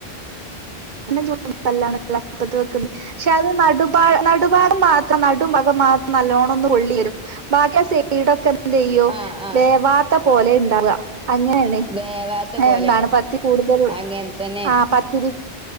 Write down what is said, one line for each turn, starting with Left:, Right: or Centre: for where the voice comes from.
Right: <unintelligible> പക്ഷെ അത് നടു നടുഭാഗം മാത്രം നടു ഭാഗം മാത്രം നല്ലോണം ഒന്ന് പൊള്ളിവരും ബാക്കി സൈടൊക്കെ എന്തെയ്യും
Centre: ആഹ് ആഹ്
Right: വേവാത്തെ പോലെ ഉണ്ടാവ്അ അങ്ങനെയണ്
Centre: വേവാത്ത പോലെയാവും
Right: എന്താണ് പത്തി കൂടുതൽ
Centre: അങ്ങനെ തന്നെയാണ്
Right: ആ പത്തിരി